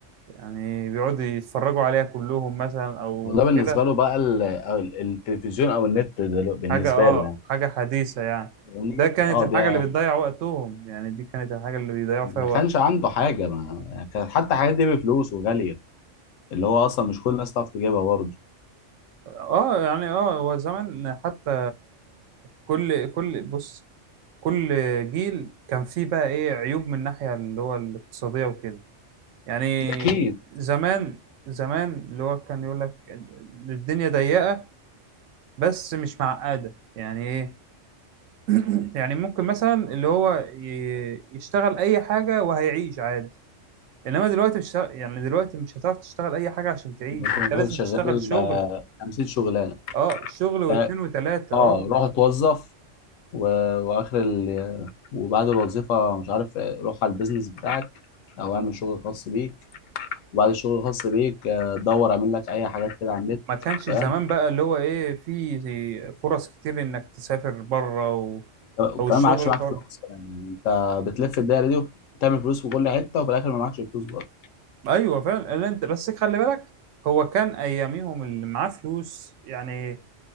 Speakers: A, on the right; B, on the left.
A: يعني بيقعدوا يتفرجوا عليها كلهم مثلا او
B: وده بالنسبة
A: كده
B: له بقى ال- أو ال- التلفزيون أو النت دلو- بالنسبة
A: حاجة اه
B: له يعني
A: حاجة حديثة يعني
B: يعني
A: ده كانت
B: اه
A: الحاجة
B: ده
A: اللي بتضيع وقتهم يعني دي كانت الحاجة اللي بيضيعوا
B: ما
A: فيها وقت
B: كانش عنده حاجة ما يعني كانت حتى الحاجات دي بفلوس وغالية اللي هو أصلا مش كل الناس تعرف تجيبها برضه
A: اه يعني اه هو زمان حتى كل كل بص كل جيل كان فيه بقى ايه عيوب من الناحية اللي هو الاقتصادية وكده يعني
B: أكيد
A: زمان زمان اللي هو كان يقول لك الدنيا ضيقة بس مش معقدة يعني ايه <clears throat> يعني ممكن مثلا اللي هو ي- يشتغل اي حاجه وهيعيش عادي انما دلوقتي مش ه- يعني دلوقتي مش هتعرف تشتغل اي حاجه عشان تعيش
B: كنت
A: انت
B: مثلا
A: لازم
B: شغال
A: تشتغل شغل
B: آه، 50 شغلانه
A: اه شغل واتنين
B: اه
A: وتلاته
B: آه،
A: اه
B: روح اتوظف و... واخر ال... وبعد الوظيفه مش عارف آه، روح على البيزنس بتاعك او اعمل شغل خاص بيك وبعد الشغل الخاص بيك آه، دور اعمل لك اي حاجات كده على النت
A: ما كانش
B: فاهم
A: زمان بقى اللي هو ايه في في فرص كتير انك تسافر بره و...
B: وكمان
A: او الشغل
B: ما عادش معاك
A: حر
B: فلوس كمان، يعني انت بتلف الدايره دي وتعمل فلوس في كل حته وفي الاخر ما معكش فلوس برضه
A: ايوه فعلا اللي انت بس خلي بالك هو كان اياميهم اللي معاه فلوس يعني